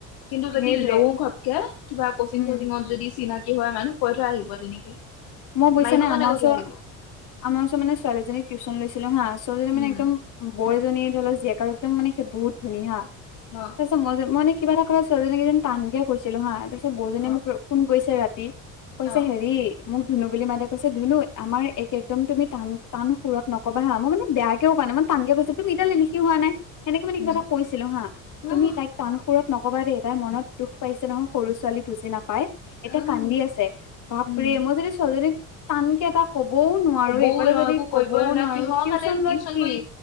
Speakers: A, on the left (about 75°); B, on the left (about 55°).
A: কিন্তু যদি
B: সেইটোৱে
A: লওঁ ঘপকে কিবা কচিং
B: উম
A: চচিঙত যদি চিনাকি হয় মানুহ কৈ থৈ আহিব তেনেকে।
B: মই বুজছা
A: মাৰিব
B: নে
A: কাৰণে
B: আমাৰ
A: কৈ
B: ওচৰত
A: থৈ আহিব
B: আমাৰ ওচৰত মে ছোৱালী এজনীক টিউচন লৈছিলো হা', ছোৱালজনী মানে
A: উম
B: একদম বৌজনীৰ ধৰি লওঁক জীয়েক হ'ত একদম মানে সেই বহুত ধুনী হা'
A: অ'।
B: তাৰপিছত মই যে মই কিবা এটা কওঁ ছোৱালীজনী কিজানি টানকে কৈছিলো হা তাৰপিছত বৌজনীয়ে
A: অ
B: মোক ফোন কৰিছে ৰাতি। কৈছে
A: অ অ',
B: হেৰি মোক ধুনু বুলি মাতে, কৈছে ধুনু আমাৰ এইক একদম তুমি টান টান সুৰত নকবা হা'। মই মানে বেয়া কিয় কোৱা নাই, মই টানকৈ কৈছা তুমি এতিয়ালৈ লিখি হোৱা নাই, মানে কিবা
A: উম
B: এটা কৈছিলো হা',
A: উম
B: তুমি তাইক টান সুৰত নকবা দেই তাই মনত দুখ পাইছে নহয় সৰু ছোৱালী বুজি নাপায়। এতিয়া
A: উম
B: কান্দি আছে, বাপৰে'
A: উম
B: মই যদি ছোৱালীজনী টানকে এটা ক'বও নোৱাৰো
A: কবও
B: এই ফালে
A: নোৱাৰো
B: যদি
A: একো কৰিবই
B: ক'বও নোৱাৰো
A: কিহৰ
B: টিউচন
A: কাৰণে
B: লোৱা কি
A: কৰি